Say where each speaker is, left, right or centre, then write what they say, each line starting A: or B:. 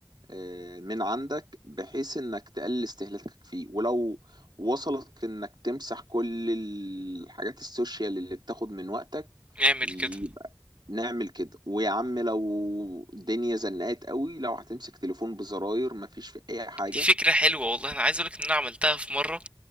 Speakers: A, on the right (about 70°); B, on the right (about 15°).
A: آه، من عندك بحيث انك تقلل استهلاكك فيه ولو وصلك انك تمسح كل الحاجات السوشيال اللي بتاخد من وقتك
B: اعمل
A: يبقى
B: كده
A: نعمل كده ويا عم لو الدنيا زنقت قوي لو هتمسك تليفون بزراير مفيش في اي حاجة
B: دي فكرة حلوة والله أنا عايز أقولك إن أنا عملتها في مرة